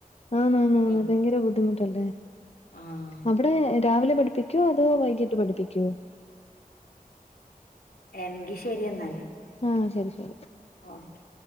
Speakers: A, on the left; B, on the left.
A: ആന്നാന്നാന്ന്..
B: ഏഹ്
A: ഭയങ്കര ബുദ്ധിമുട്ടല്ലേ
B: ആഹ്
A: അവിടെ രാവിലെ പഠിപ്പിക്ക്യോ അതോ വൈകീട്ട് പഠിപ്പിക്ക്യോ
B: എൻങ്കി ശരി എന്നാല്
A: ആഹ് ശരി ശരി
B: ഓക്കെ